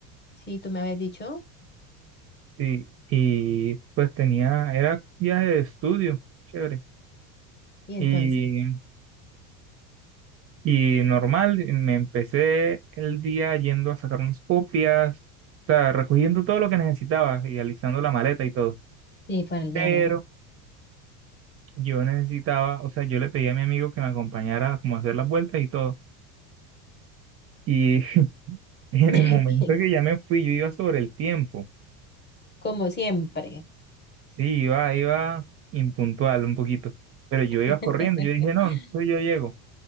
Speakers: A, on the left; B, on the right.
A: Sí, tú me habías dicho,
B: Sí, y pues tenía, era viaje de estudio, chévere.
A: y entonces,
B: Y, y normal, me empecé el día yendo a sacar unas copias, o sea, recogiendo todo lo que necesitaba y alisando la maleta y todo.
A: sí, para el
B: Pero
A: viaje, ajá.
B: yo necesitaba, o sea, yo le pedí a mi amigo que me acompañara como a hacer las vueltas y todo. Y <laughs> en
A: <laughs>
B: el momento
A: Que,
B: que ya me fui, yo iba sobre el tiempo.
A: Como siempre.
B: Sí, iba, iba impuntual un poquito. Pero yo
A: <laughs>
B: iba corriendo, yo dije, no, entonces yo llego.